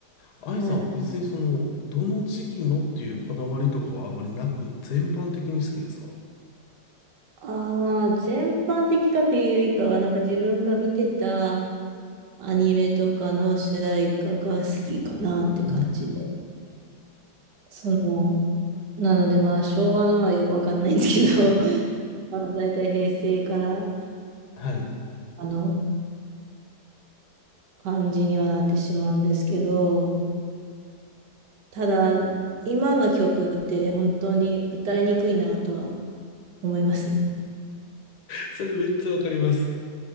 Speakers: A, on the left; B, on the right.
A: 愛さんは別にその、
B: はい。
A: どの時期のっていうこだわりとかはあまりなく、全般的に好きですかう
B: あー、まあ、全般的かというよりかは、なんか自分が見てたアニメとかの主題歌が好きかなって感じ。
A: ーん。
B: その、なのでまあ昭和のはよくわかんないんですけど、<laughs> まあ大体平成から
A: はい。
B: あの感じにはなってしまうんですけど、ただ今の曲って本当に歌いにくいなとは思いますね。
A: それめっちゃわかります。